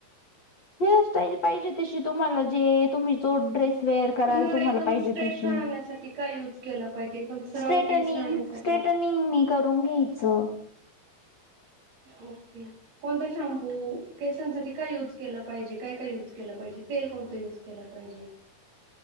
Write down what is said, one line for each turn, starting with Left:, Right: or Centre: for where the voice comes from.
Left: हेअरस्टाईल पाहिजे तशी तुम्हाला जे तुम्ही जो ड्रेस वेअर कराल
Right: हेअर
Left: तुम्हाला
Right: एकदम
Left: पाहिजे
Right: स्ट्रेट
Left: तशी
Right: राहण्यासाठी काय यूज केला पाहिजे एकदम सरळ
Left: स्ट्रेटनिंग
Right: केस राहण्यासाठी
Left: स्ट्रेट पिंग नी करून घ्यायचं.
Right: ओके. कोणता शॅम्पू केसांसाठी काय यूज केल पाहिजे काय काय यूज केलं पाहिजे तेल कोणतं यूज केला पाहिजे.